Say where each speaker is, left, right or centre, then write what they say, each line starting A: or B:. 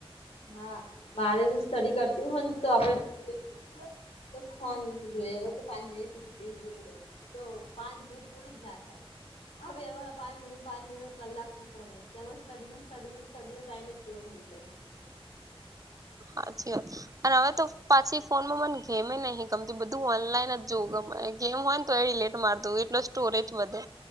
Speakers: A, on the left; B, on the right.
A: હા મારે હું સ્ટડી કરતી હોય ને તો આપડેખ લું હોય. તો ફોન જોઈ હવે કે પાંચ મિનિટ જોઈ લઈ તો પાંચ પૂરી જ ના થાય હ એમાં પાંચ મિનિટ, પાંચ મિનિટ કલાક થતો તમ સ્ટડીમ સ્ટડીમ સ્ટડી નો ટાઈમ જ પૂરો થઈ જાય.
B: હાચી વા અને હવે તો પાછી ફોનમાં મને ગેમે નહી ગમતી બધું ઓનલાઈન જ જોવું ગમે ગેવહો. તોઈલેટ માર દઉં એટલે સ્ટોરેજ વધે.